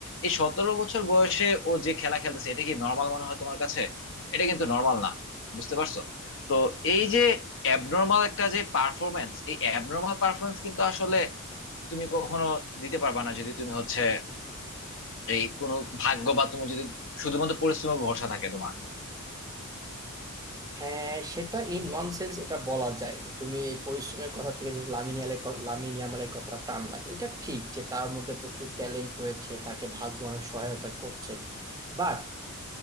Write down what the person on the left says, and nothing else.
এই সতেরো বছর বয়সে ও যে খেলা খেলতেছে এটা কি নর্মাল মনে হয় তোমার কাছে এটা কিন্তু নর্মাল না বুঝতে পারছো তো এই যে অ্যাবনর্মাল একটা যে পারফরমেন্স এই অ্যাবনর্মাল পারফরমেন্স কিন্তু আসলে তুমি কখনো দিতে পারবা না যদি তুমি হচ্ছে এই কোনো ভাগ্য বা তুমি যদি শুধুমাত্র পরিশ্রমের ভরসা থাকে তোমার